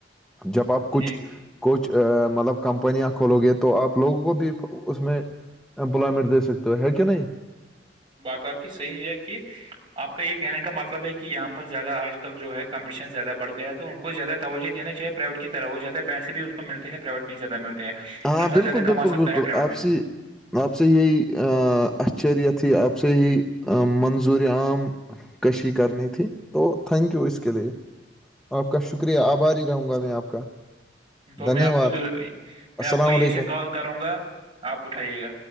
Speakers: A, in the centre; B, on the right.
A: جب آپ
B: ٹھیک
A: کچھ کچھ مطلب کمپنیاں کھولو گی تو آپ لوگوں کو بھی اس میں امپلائمنٹ دے سکتے ہو ہے کہ نہیں
B: بات آپ کی صحیح ہے کہ آپ کا یہ کہنے کا مطلب ہے کہ یہاں پر زیادہ آج کل جو ہے کمپٹیشن زیادہ بڑھ گیا تھا تو ان کو زیادہ توجہ دینے چیے پرائیوی کی طرح وہ زدہ پیسے بھی اس کو ملتے ہیں پرائیوٹ میں ہی زیاہلتے ہیں
A: ہاں
B: انسان
A: بالکل
B: زیادہ کما
A: بالکل
B: سکتا
A: بالکل
B: ہے پرائیویٹ
A: آپسی
B: میں
A: آپ سے یہی اچریت ہی آپ سے ہی منظور عام کشی کرنی تھی تو تھینک یو اس کے لیے آپ کا شکریہ آباری رہوں گا میں آپ کا
B: تو
A: دھنیہ
B: میں آپ کو
A: واد
B: دو- میں
A: السلام
B: آپ کو یہی
A: علیکم
B: سے کال کروں گا آپ اٹھائیے گا